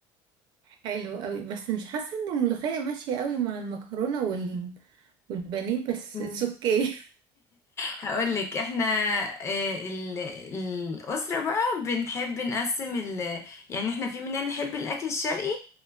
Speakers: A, on the right (about 50°); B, on the left (about 30°).
A: حلو قوي بس مش حاسة ان الملوخية ماشية قوي مع المكرونة وال... والبانيه بس
B: مم.
A: اتس اوكي
B: هقولك احنا آه، ال- الاسره بقى بنحب نقسم ال يعني احنا في مننا اللي يحب الاكل الشرقي